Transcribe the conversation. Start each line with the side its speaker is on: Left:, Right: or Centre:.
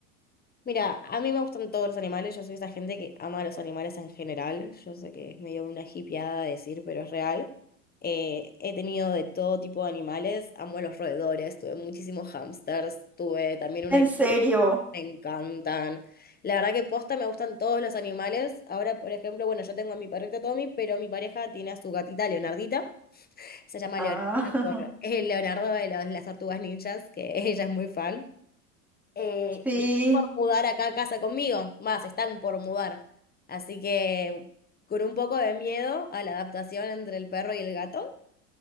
Left: Mira, a mí me gustan todos los animales, yo soy esa gente que ama a los animales en general, yo sé que es medio una hippieada decir, pero es real. Eh, he tenido de todo tipo de animales, amo a los roedores, tuve muchísimos hamsters, tuve también un
Centre: ¿En
Left: erizo,
Centre: serio?
Left: me encantan. La verdad que posta me gustan todos los animales. Ahora, por ejemplo, bueno, yo tengo a mi perrito Tommy, pero mi pareja tiene a su gatita Leonardita, se llama
Centre: Ah,
Left: Leonardo, <laughs> por- es el Leonardo de los- las tortugas ninjas, que <laughs> ella es muy fan. Eh,
Centre: <laughs> sí,
Left: y están por mudar acá a casa conmigo, más, están por mudar. Así que con un poco de miedo a la adaptación entre el perro y el gato,